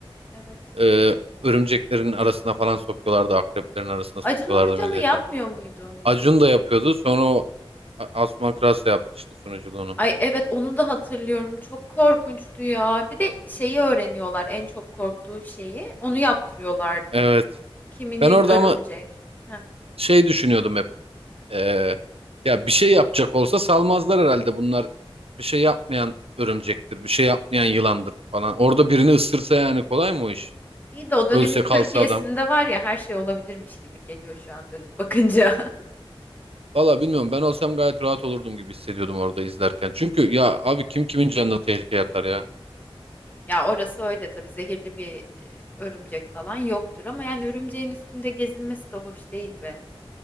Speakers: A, on the left; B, on the right.
A: Evet.
B: Ee, örümceklerin arasına falan sokuyorlardı. Akreplerin arasına
A: Acun
B: sokuyorlardı
A: Ilıcalı
B: milleti.
A: yapmıyor muydu onu ya?
B: Acun da yapıyordu. Sonra o A- Asuman Kras yaptı işte sunuculuğunu.
A: Ay evet onu da hatırlıyorum. Çok korkunçtu ya. Bir de şeyi öğreniyorlar en çok korktuğun şeyi. Onu yaptırıyorlardı.
B: Evet.
A: Kiminin
B: Ben orada
A: örümcek.
B: ama
A: Heh.
B: şey düşünüyordum hep. Ee, ya bir şey yapacak olsa salmazlar herhalde. Bunlar bir şey yapmayan örümcektir. Bir şey yapmayan yılandır falan. Orada birini ısırsa yani kolay mı o iş?
A: İyi de o dönemin
B: Ölse kalsa
A: Türkiye'sinde
B: adam.
A: var ya her şey olabilirmiş gibi geliyor şu an dönüp bakınca. <laughs>
B: Valla bilmiyorum. Ben olsam gayet rahat olurdum gibi hissediyordum orada izlerken. Çünkü ya abi kim kimin canına tehlikeye atar ya?
A: Ya orası öyle tabii zehirli bir e, örümcek falan yoktur ama yani örümceğin üstünde gezinmesi de hoş değil be.